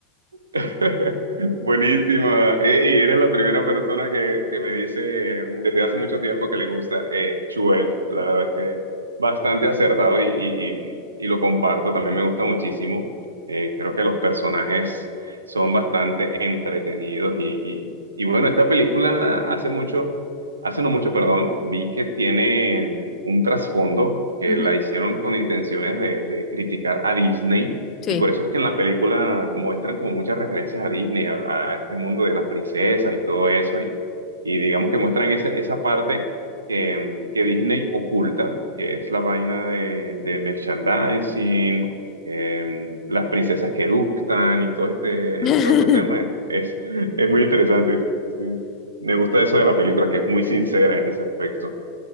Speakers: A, on the right; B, on the left.
A: <laughs> Buenísima. Ey, eres la primera persona que, que me dice eh, desde hace mucho tiempo que le gusta eh, Shrek. La verdad es que bastante acertado y, y- y- y lo comparto. También me gusta muchísimo. Eh, creo que los personajes son bastante entretenidos y, y- y bueno, esta película hace mucho, hace no mucho, perdón, vi que tiene un trasfondo que
B: Ujú.
A: la hicieron con intenciones de de criticar a Disney
B: Sí.
A: y por eso es que en la película muestran como muchas referencias a Disney, a, a este mundo de las princesas y todo eso, y, y digamos que muestran esa, esa parte que, mm, que Disney oculta, que es la vaina de, de merchandising, eh, las princesas que eructan y todo este,
B: <laughs>
A: todo este tema es, es, es muy interesante. sí. Me gusta eso de la película, que es muy sincera en ese aspecto.